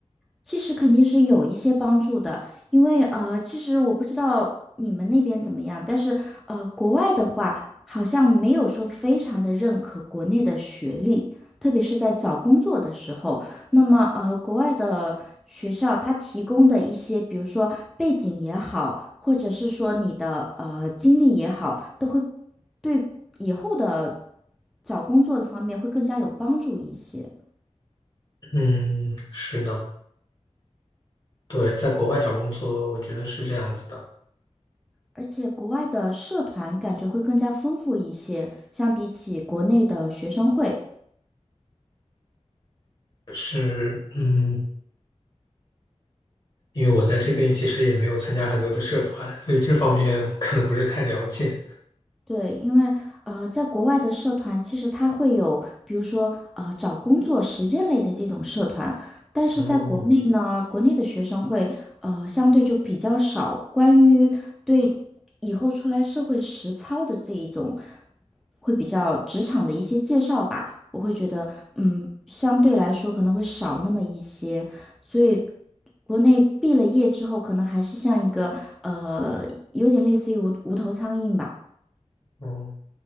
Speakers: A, in the centre; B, on the left (about 45°).
A: 其实肯定是有一些帮助的，因为呃，其实我不知道你们那边怎么样，但是呃，国外的话好像没有说非常的认可国内的学历，特别是在找工作的时候。那么呃，国外的学校它提供的一些，比如说背景也好，或者是说你的呃经历也好，都会对以后的找工作的方面会更加有帮助一些。
B: 嗯，是的，对，在国外找工作，我觉得是这样子的，
A: 而且国外的社团感觉会更加丰富一些，相比起国内的学生会。
B: 是，嗯，因为我在这边其实也没有参加很多的社团，所以这方面我可能不是太了解。
A: 对，因为呃，在国外的社团其实它会有，比如说呃，找工作实践类的这种社团，但是在国内呢，
B: 嗯
A: 国内的学生会呃，相对就比较少关于对以后出来社会实操的这一种，会比较职场的一些介绍吧，我会觉得嗯，相对来说可能会少那么一些，所以国内毕了业之后，可能还是像一个呃，有点类似于无无头苍蝇吧。
B: 嗯。哦